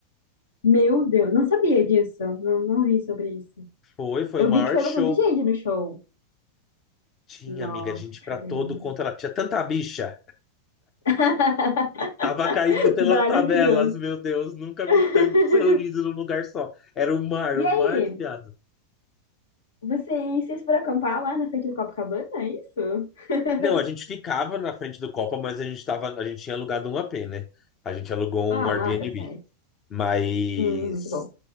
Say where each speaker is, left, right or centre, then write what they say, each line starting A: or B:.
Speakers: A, on the left (about 65°); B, on the left (about 30°).
A: Meu Deus, não sabia disso. Não, não vi sobre isso.
B: Foi, foi
A: Eu
B: o maior
A: vi que foi
B: show.
A: bastante gente no show.
B: Tinha,
A: Nossa,
B: amiga, gente
A: caramba.
B: pra todo quanto ela tinha tanta bicha.
A: <laughs>
B: Tava caindo pelas
A: Maravilhoso.
B: tabelas, meu Deus, nunca
A: <laughs>
B: vi tanto sorriso num lugar só. Era o mar,
A: E
B: o
A: aí?
B: mar de viado.
A: Vocês, vocês foram acampar lá na frente do Copacabana, é isso? <laughs>
B: Não, a gente ficava na frente do Copa, mas a gente tava, a gente tinha alugado um AP, né? A gente alugou
A: Ah,
B: um Airbnb.
A: tá certo.
B: Mas
A: Hum, muito bom.